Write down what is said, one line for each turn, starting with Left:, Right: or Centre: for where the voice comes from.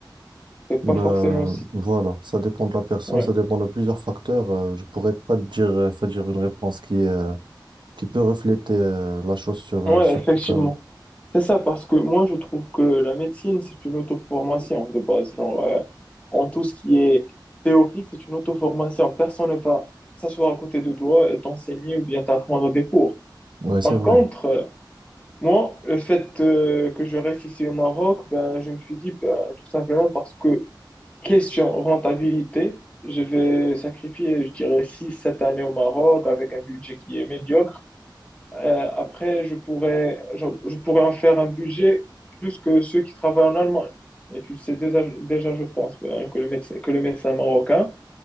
Left: C'est
Right: Ben,
Left: pas forcément aussi.
Right: voilà, ça dépend de la personne,
Left: Ouais,
Right: ça dépend de plusieurs facteurs. Euh, je pourrais pas te dire, euh, c'est-à-dire une réponse qui, est, euh, qui peut refléter euh, la chose sur,
Left: ouais,
Right: euh, sur
Left: effectivement.
Right: tout un.
Left: C'est ça, parce que moi, je trouve que la médecine, c'est une auto-formation de base. Genre, euh, en tout ce qui est théorique, c'est une auto-formation. Personne ne va s'asseoir à côté de toi et t'enseigner ou bien t'apprendre des cours.
Right: Ouais, c'est
Left: Par
Right: vrai.
Left: contre, euh, moi, le fait euh, que je reste ici au Maroc, ben, je me suis dit, ben, tout simplement parce que Question rentabilité, je vais sacrifier, je dirais, six, sept années au Maroc avec un budget qui est médiocre. Euh, après, je pourrais, je, je pourrais en faire un budget plus que ceux qui travaillent en Allemagne. Et tu le sais déjà, déjà je pense, hein, que le médecin, que les médecins marocains,